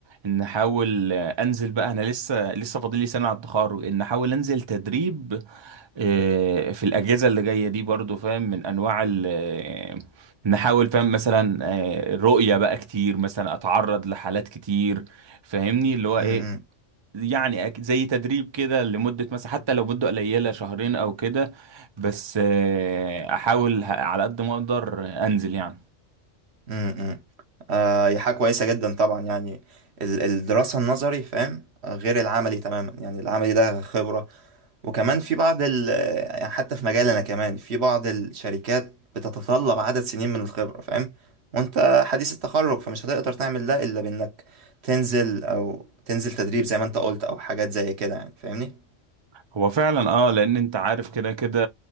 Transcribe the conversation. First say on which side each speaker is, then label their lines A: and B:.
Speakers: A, on the right; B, on the right.
A: ان احاول انزل بقى انا لسه لسه فاضل لي سنه على التخرج ان احاول انزل تدريب آه، في الأجهزة اللي جاية دي برضو فاهم من أنواع ال آه، نحاول فاهم مثلا آه، رؤية بقى كتير مثلا أتعرض لحالات كتير فاهمني اللي هو
B: م-
A: إيه
B: م-
A: يعني أك- زي تدريب كده لمدة مثلا حتى لو مدة قليلة شهرين أو كده بس آه، أحاول ه- على قد ما أقدر أنزل يعني
B: م- م. آه هي حاجة كويسة جدا طبعا يعني ال- الدراسة النظري فاهم آه، غير العملي تماما يعني العملي ده خبرة وكمان في بعض ال آه، حتى في مجالنا كمان في بعض الشركات بتتطلب عدد سنين من الخبرة فاهم وانت حديث التخرج فمش هتقدر تعمل ده إلا بإنك تنزل أو تنزل تدريب زي ما انت قلت أو حاجات زي كده يعني فاهمني
A: هو فعلا اه لان انت عارف كده كده